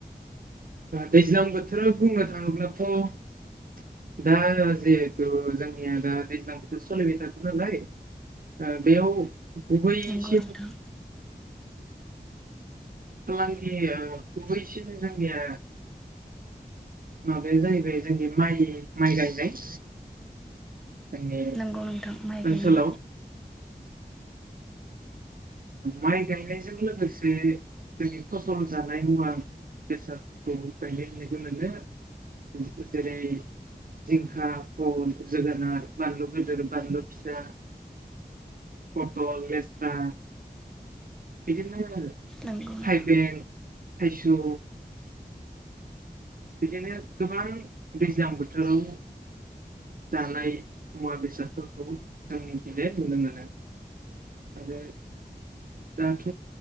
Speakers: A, on the right; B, in the centre.
A: दैज्लां बोथोर बुंनो थाङोब्लाथ' दा जिहेथु जोंनिया दा दैज्लां बोथोर सोलिबाय थादों नालाय अ बेयाव गुबैसिन
B: नंगौ नोंथां
A: फालांगि गुबैसिन जोंनिया माबाया जाहैबाय जोंनि माइ माइ गायनाय जोंनि
B: नंगौ नोंथां माइ
A: ओनसोलाव
B: गायनाय
A: ओ माइ गायनायजों लोगोसे जोंनि फसल जानाय मुवा बेसादखौ गायनाय होननायखौ मोनो जेरै जिंखा फल जोगोनार बानलु गदिर बानलु फिसा फथल लेस्रा बिदिनो
B: नंगौ नोंथां
A: थाइबें थाइसौ बिदिनो गोबां दैज्लां बोथोराव जानाय मुवा बेसादफोरखौ जोंनि खैहा नुनो मोनो आरो दाथ'